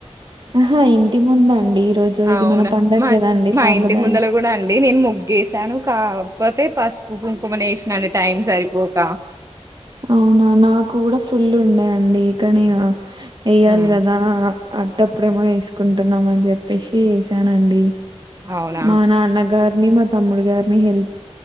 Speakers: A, on the right; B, on the right.
A: ఆహా ఇంటి ముందండి రోజు
B: అవునా
A: ఇది మన పండగ
B: మా
A: కదండి
B: మా
A: సాంప్రదాయం
B: ఇంటి ముందలు కూడా అండి నేను మొగ్గసాను కాకపోతే పసుపు, కుంకుమని వేష్ణ టైం సరిపోక
A: అవునా నాకు కూడా ఫుల్ ఉండేయండి కానీక వెయ్యాలి
B: హ్మ్.
A: కదా అడప్పుడేమో వేసుకుంటున్నామ అని చెప్పేసి వేసానండి
B: అవునా
A: మా నాన్నగారు నీ మ తమ్ముడి గారు హెల్ప్